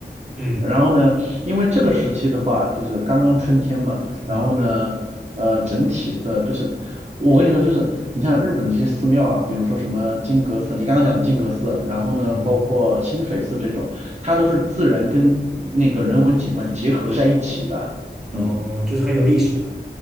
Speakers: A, in the centre; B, on the right (about 40°).
A: 嗯
B: 然后呢，因为这个时期的话，就是刚刚春天嘛，
A: 春天对，
B: 然后呢，呃，整体的就是，我跟你说，就是你像日本的这些寺庙啊，比如说什么金阁寺，你刚刚讲的金阁寺，然后呢，
A: 嗯哼。
B: 包括清水寺这种，它都是自然跟那个人文景观结合在一起的，
A: 哦，
B: 嗯。
A: 就是很有历史的。